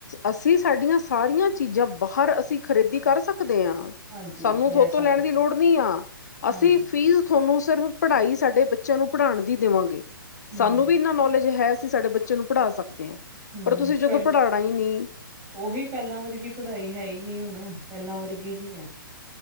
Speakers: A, on the left; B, on the right.
A: ਅਸੀਂ ਸਾਡੀਆਂ ਸਾਰੀਆਂ ਚੀਜ਼ਾਂ ਬਾਹਰ ਅਸੀਂ ਖਰੀਦੀ ਕਰ ਸਕਦੇ ਆਂ,
B: ਹਾਂਜੀ
A: ਸਾਨੂੰ
B: ਲੈ
A: ਥੋਤੋਂ
B: ਸਕਦੇ
A: ਲੈਣ
B: ਆਪਾਂ
A: ਦੀ ਲੋੜ ਨੀ ਆ,
B: ਹੂੰ
A: ਅਸੀਂ ਫੀਸ ਥੋਨੂੰ ਸਿਰਫ ਪੜ੍ਹਾਈ, ਸਾਡੇ ਬੱਚਿਆਂ ਨੂੰ ਪੜ੍ਹਾਣ ਦੀ ਦੇਵਾਂਗੇ,
B: ਹੂੰ
A: ਸਾਨੂੰ ਵੀ ਇੰਨਾ ਨੌਲੇਜ ਹੈ ਤੁਸੀਂ ਸਾਡੇ ਬੱਚੇ ਨੂੰ ਪੜ੍ਹਾ ਸਕਦੇ ਔ,
B: ਹੂੰ
A: ਪਰ ਤੁਸੀਂ ਜਦੋਂ
B: ਪਹਿ
A: ਪੜ੍ਹਾਣਾ ਈ ਨਈ
B: ਉਹੀ ਪਹਿਲਾ ਵਰਗੀ ਪੜ੍ਹਾਈ ਹੈ ਈ ਨਈ, ਹੁਣ ਪਹਿਲਾ ਵਰਗੀ ਨਈ ਹੈ